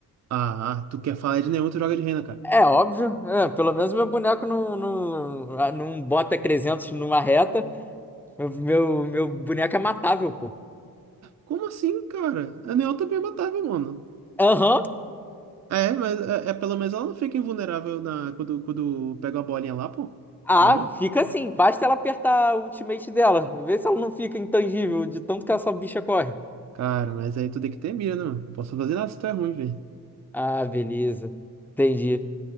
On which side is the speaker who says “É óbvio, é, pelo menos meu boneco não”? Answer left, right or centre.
Centre